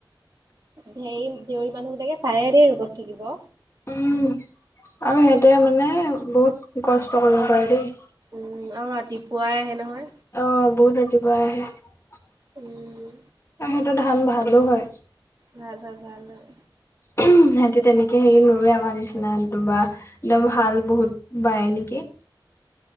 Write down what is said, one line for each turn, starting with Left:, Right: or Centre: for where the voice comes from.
Right: ধেৰ দেউৰী মানুহবিলাকে পাৰে দেই ৰোগত থাকিব
Left: উম আৰু সিহঁতে মানে বহুত কষ্ট কৰিব পাৰে দেই
Right: উম আৰু ৰাতিপুৱাই আহে নহয়
Left: অ বহুত ৰাতিপুৱা আহে
Right: উম
Left: সিহঁতৰ ধান ভালো হয়
Right: ভাল হয় ভাল হয়
Left: উম সিহঁতি তেনেকৈ হেৰি নোৰুৱে আমাৰ নিচিনাটো বা একদম ভাল বহুত বায় নেকি